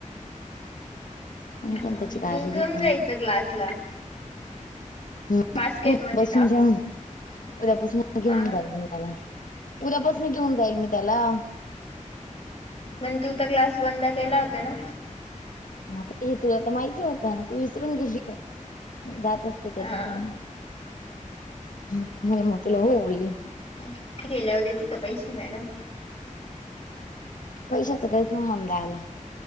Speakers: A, on the left; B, on the left.
A: कोणी
B: हा
A: पण
B: हा
A: त्याची काळजी
B: तुम्ही
A: घेत
B: घेऊन
A: नाही
B: जायचं क्लासला.
A: हम्म
B: बास्केट
A: हम्म
B: मध्ये
A: बसून
B: टाकून
A: जाऊन. उद्यापासनं घेऊन
B: आ
A: जाईल मी त्याला उद्यापासनं घेऊन जाईल मी त्याला.
B: मण तू तर क्लास बंद केला होता ना?
A: म हे तुला तर माहिती होता तू विसरून गेली का जात अस कधी
B: हा
A: होती ना म्ह मग तुला हो बोलली <unintelligible>
B: ठीक आहे जाऊ देती का पैशे मॅडम?
A: पैशाचा काही संबंध आला.